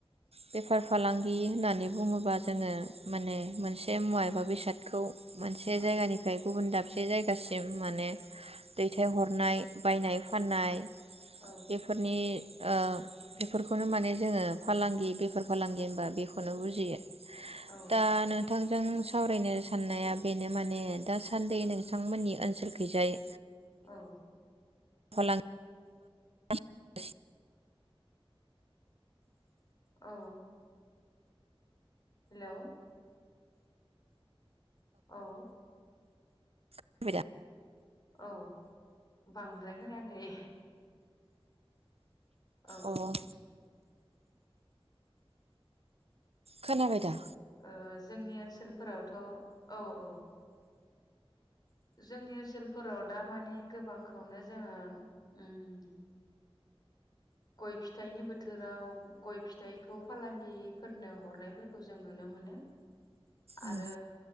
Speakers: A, on the right; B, on the left.
A: बेफार फालांगि होननानै बुङोबा जोङो माने मोनसे मुवा एबा बेसादखौ मोनसे
B: औ
A: जायगानिफ्राय गुबुन दाम एसे जायगासिम माने दैथायहरनाय बायनाय फाननाय
B: औ
A: बेफोरनि ओ बेफोरखौनो माने जोङो फालांगि बेफार फालांगि होनबा बेखौनो बुजियो
B: औ
A: दा नोंथां जों सावरायनो साननाया बेनो माने दासान्दि नों थांमोननि ओनसोलखैजाय
B: औ
A: फालां <inaudible>
B: औ हेलौ औ
A: <unintelligible>
B: औ बांद्राय खोनायाखै औ
A: अ खोनाबाय दा
B: ओ जोंनि ओनसोलफोरावथ' औ औ जोंनि ओनसोलफोराव दा मानि गोबांखौनो जोङो उम गय फिथाइनि बोथोराव गय फिथाइखौ फालांगिफोरनो हरनायफोरखौ जों नुनो मोनो
A: उम
B: आरो